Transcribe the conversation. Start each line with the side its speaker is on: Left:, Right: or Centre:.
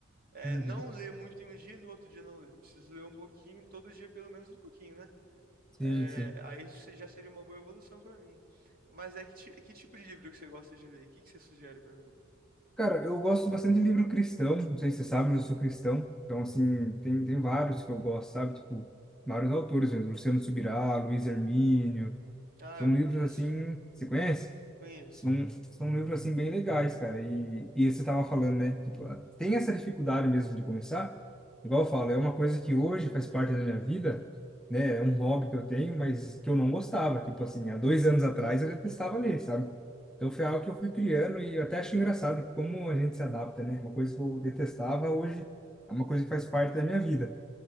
Right: é,
Centre: Uhum.
Right: não ler muito em um dia e no outro dia não ler. Eu preciso ler um pouquinho, todo dia pelo menos um pouquinho, né?
Centre: Sim,
Right: É,
Centre: sim.
Right: aí isso se- já seria uma boa evolução pra mim. Mas é que, ti- que tipo de livro que você gosta de ler? O que que você sugere pra mim?
Centre: Cara, eu gosto bastante de livro cristão, não sei se você sabe, mas eu sou cristão. Então, assim, tem, tem vários que eu gosto, sabe? Tipo, vários autores mesmo. Luciano Subirá, Luiz Hermínio,
Right: Ah,
Centre: São
Right: eu conheço,
Centre: livros assim, você conhece?
Right: conheço.
Centre: São, são livros assim bem legais, cara. E, e você tava falando, né? Tipo, ah, tem essa dificuldade mesmo de começar. Igual eu falo, é uma coisa que hoje faz parte da minha vida, né? É um hobby que eu tenho, mas que eu não gostava. Tipo assim, há dois anos atrás eu detestava ler, sabe? Então foi algo que eu fui criando e eu até acho engraçado que como a gente se adapta, né? Uma coisa que eu detestava hoje é uma coisa que faz parte da minha vida.